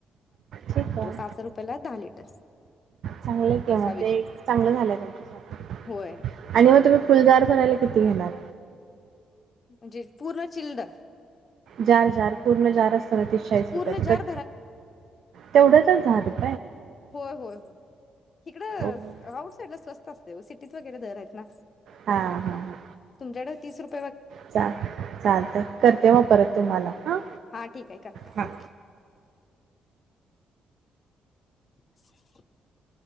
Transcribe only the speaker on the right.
ठीक आय,
चांगलं केव्हा
ते चांगलं झालंय तुमच्यासाठी,
आणि म तुम्ही फुलदार भरायला किती घेणार?
जार-जार पूर्ण जार असतो न तीस चाळीस
रुपयाचं
कट तेवढंचंच दहा रुप
हो.
हा हा हा
चा चालतं करते मग परत. तुम्हाला हा.
हा.